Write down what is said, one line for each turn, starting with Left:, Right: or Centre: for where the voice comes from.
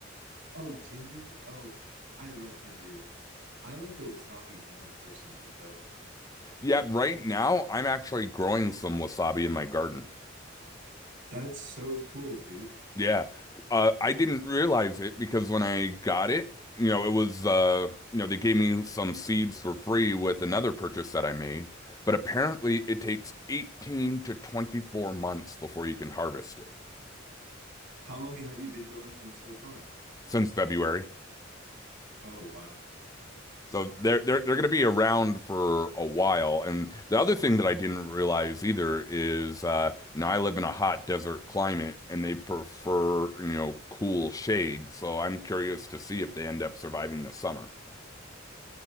Right: Oh, ginger. Oh, I love ginger. I like the wasabi more personally, though.
Left: Yeah, right now I'm actually growing some wasabi in my garden.
Right: That's so cool, dude.
Left: Yeah. Uh, I didn't realize it because when I got it, you know, it was, uh, you know, they gave me some seeds for free with another purchase that I made. But apparently it takes 18 to 24 months before you can harvest it
Right: How long have you been growing them so far?
Left: since February.
Right: Oh, wow.
Left: So they're they're they're going to be around for a while. And the other thing that I didn't realize either is, uh, you know, I live in a hot desert climate, and they prefer, you know, cool shade. So I'm curious to see if they end up surviving the summer.